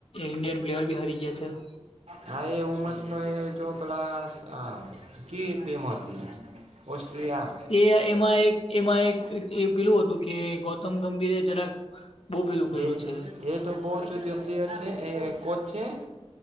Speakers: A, on the left; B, on the right.
A: ઇન્ડિયન પ્લેયર બી હરી ગયા છે. <inaudible>
B: હા એ વુમન્સનો એ જો પેલા કી ટીમ હતી ઓસ્ટ્રિયા
A: એ એમા, એક એમા એક એ પેલું હતુ, કે ગૌતમ ગંભીરે જરાક બહુ પેલું
B: હ,
A: કર્યું છે.
B: એ તો બઉ ચૂતીયો પ્લેયર છે, એ કોચ છે.